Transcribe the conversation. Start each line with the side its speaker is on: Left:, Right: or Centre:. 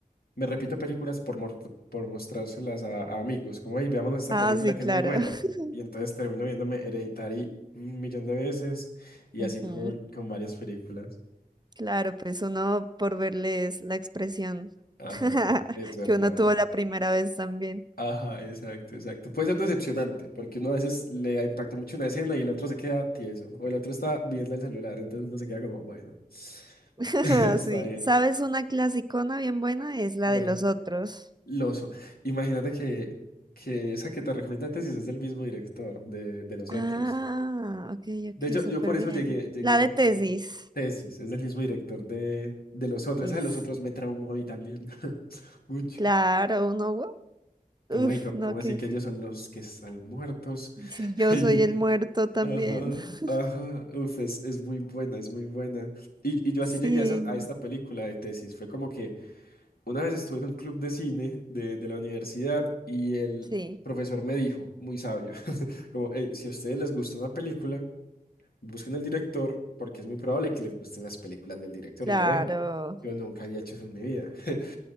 Left: Me repito películas por, mor- por mostrárselas a, a amigos, como, hey, veámonos esta
Right: Ah,
Left: película
Right: sí,
Left: que
Right: claro.
Left: es muy buena.
Right: <laughs>
Left: Y entonces termino viéndome Hereditary un millón de veces y
Right: Ujú.
Left: así con, con varias películas.
Right: Claro, pues uno por verles la expresión
Left: Ajá,
Right: <laughs>
Left: es verdad.
Right: que uno tuvo la primera vez también.
Left: Ajá, exacto, exacto. Puede ser decepcionante, porque uno a veces le impacta mucho una escena y el otro se queda tieso, o el otro está viendo el celular, entonces uno se queda como, bueno,
Right: <laughs>
Left: <laughs> está
Right: Sí.
Left: bien,
Right: ¿Sabes una clasicona bien buena? Es la
Left: dale.
Right: de los otros.
Left: Loso. Imagínate que, que esa que te recomiendo antes es del mismo director de, de los
Right: Ah,
Left: otros.
Right: ok, ok,
Left: De hecho,
Right: súper
Left: yo por eso
Right: bien.
Left: llegué, llegué
Right: La de
Left: a la
Right: tesis.
Left: película. Tesis, es del mismo director de, de los otros.
Right: Es,
Left: Esa de los otros me traumó a mí también. <laughs> Mucho.
Right: claro, uno, wow,
Left: ¿Cómo,
Right: uf,
Left: ahí? ¿Cómo-
Right: no,
Left: cómo
Right: que
Left: así que ellos son los que están muertos?
Right: si yo
Left: <laughs>
Right: soy el muerto también.
Left: Ajá,
Right: <laughs>
Left: ajá. Uf, es, es muy buena, es muy buena. Y, y yo
Right: Sí,
Left: así llegué a, esa- a esta película de tesis. Fue como que una vez estuve en un club de cine de, de la universidad y el
Right: sí,
Left: profesor me dijo, muy sabio, <laughs> como, hey si a ustedes les gusta una película. busquen el director porque es muy probable que les gusten las películas del director.
Right: claro.
Left: Y yo, ve, yo nunca había hecho eso en mi vida. <laughs>